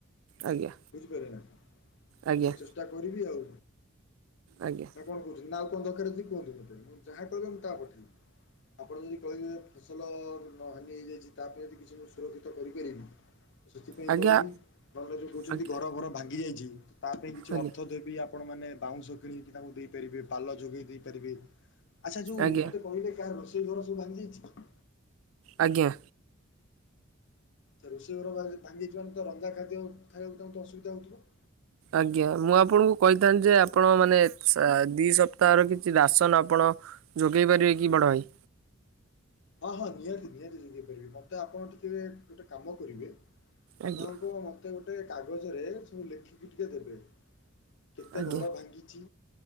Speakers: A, on the right (about 75°); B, on the left (about 60°).
A: ଆଜ୍ଞା
B: ବୁଝିପାରିଲ ନା
A: ଆଜ୍ଞା
B: ତ ମୁଁ ଚେଷ୍ଟା କରିବି ଆଉ।
A: ଆଜ୍ଞା।
B: ନା କଣ ନା ଆଉ କଣ ଦରକାର ଅଛି କୁହନ୍ତୁ ମୋତେ ମୁଁ ଯାହା କହିବେ ମୁଁ ତା ପଠେଇବି ଆପଣ ଯଦି କହିବେ ଫସଲ ନ ହାନି ହେଇଯାଇଛି ତା ପାଇଁ କିଛି ମୁଁ ସୁରକ୍ଷିତ କରିପାରିବି। ସେଥିପାଇଁ
A: ଆଜ୍ଞା
B: କରିବି ନହେଲେ ଯୋଉ କହୁଛନ୍ତି
A: ଆଜ୍ଞା
B: ଘର ଫର ଭାଙ୍ଗି ଯାଇଛି ତା ପାଇଁ କିଛି
A: ଆଜ୍ଞା
B: ଅର୍ଥ ଦେବି ଆ ଆପଣମାନେ ବାଉଁଶ କିଣିକି ତାଙ୍କୁ ଦେଇପାରିବେ ପାଲ ଯୋଗେଇ ଦେଇପାରିବେ। ଆଚ୍ଛା ଯୋଉ
A: ଆଜ୍ଞା
B: ମତେ କହିଲେ କାହା ରୋଷେଇ ଘର ସବୁ ଭାଙ୍ଗି ଯାଇଛି କି?
A: ଆଜ୍ଞା।
B: ତା ରୋଷେଇ ଘର ଭା ଭାଙ୍ଗିଯାଇଥିବ ତ ରନ୍ଧା ଖାଦ୍ୟ ଖାଇବାକୁ ତାଙ୍କୁ ତ ଅସୁବିଧା ହଉଥିବ।
A: ଆଜ୍ଞା ମୁଁ ଆପଣଙ୍କୁ କହିଥାନ୍ତି ଯେ ଆପଣ ମାନେ ସାର ଦି ସପ୍ତାହର କିଛି ରାସନ ଆପଣ ଅ ଯୋଗେଇ ପାରିବେ କି ବଡ଼ ଭାଇ।
B: ହଁ ହଁ ନିହାତି ନିହାତି ଯୋଗେଇ ପାରିବି ମତେ ଆପଣ ଟିକେ ଗୋଟେ କାମ କରିବେ।
A: ଆଜ୍ଞା
B: ଆପଣଙ୍କୁ ମୋତେ ଗୋଟେ କାଗଜରେ ସବୁ ଲେଖିକି ଟିକେ ଦେବେ। କେତେ
A: ଆଜ୍ଞା
B: ଘର ଭାଙ୍ଗିଛି